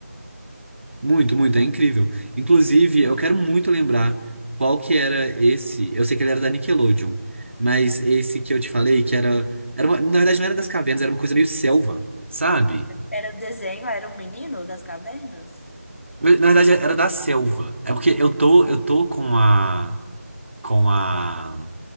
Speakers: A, on the right (about 50°); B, on the left (about 60°).
A: Muito, muito, é incrível. Inclusive, eu quero muito lembrar qual que era esse. Eu sei que ele era da Nickelodeon, mas esse que eu te falei, que era, era uma- na verdade não era das cavernas, era uma coisa meio selva, sabe?
B: Era o desenho, era o menino das cavernas?
A: Na verdade era da selva. É porque eu tô, eu tô com a com a